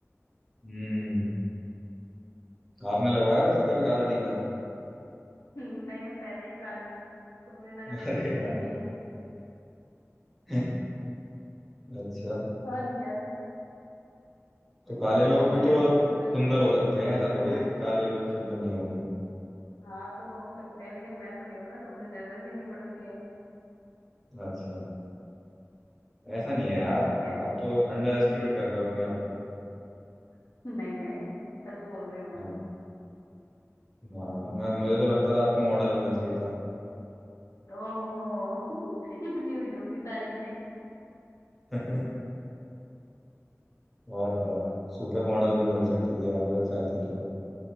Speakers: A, in the centre; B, on the left (about 85°).
A: हम्म आपने लगवाया वैसे कभी काला टीका
B: <laughs> हम्म, नहीं मैं पहले ही काली हूँ तो मुझे नजर
A: <laughs>
B: तो
A: अरे
B: लगती
A: यार
B: ही नहीं है
A: <laughs> अच्छा
B: और क्या
A: तो
B: जो
A: काले
B: गोरे
A: लोग
B: लोग होते
A: भी तो
B: हैं उनको
A: सुंदर
B: जरूरत ही-
A: हो सकते हैं ऐसा
B: हाँ
A: थोड़ी
B: हाँ
A: है कि काले लोग सुंदर नहीं होंगे
B: हाँ तो हो सकते हैं लेकिन मैं तो नहीं हूँ ना तो मुझे जरूरत ही नहीं पड़ती है
A: अच्छा ऐसा नहीं है यार
B: और क्या
A: आप तो अंडर एस्टिमेट कर रहे हो अपने आप को
B: <laughs> नहीं नहीं सच बोल रही हूँ मैं
A: ना ना मैं मुझे तो लगता था आपको मॉडल होना चाहिए था
B: ओहो <laughs> इतनी भी झूठी तारीफ नहीं
A: <laughs> और तो सुपर मॉडल भी बन सकती थी आप अगर चाहती तो